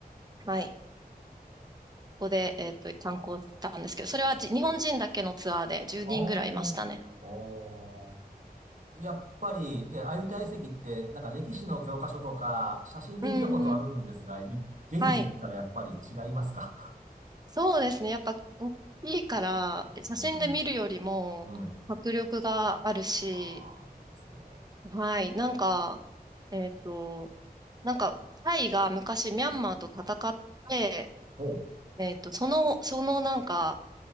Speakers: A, on the right; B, on the right.
A: はい。ここで、えっと、参考したんですけど、それはじ日本人だけのツアーで10人ぐらいいましたね。
B: ああ、おー。おーやっぱり、で、鮎遺跡って、なんか歴史の教科書とか、写真で見たことあるんですが、
A: うーん。
B: い現地行ったらやっぱり違いますか
A: はい。そうですね。やっぱ、大きいから、
B: <laughs> うん。
A: 写真で見るよりも、
B: うん。
A: 迫力があるし、
B: ああ、いいですね。
A: はい。なんか、えっと、なんか、タイが昔ミャンマーと戦って、
B: ほう、
A: えっと、その、そのなんか、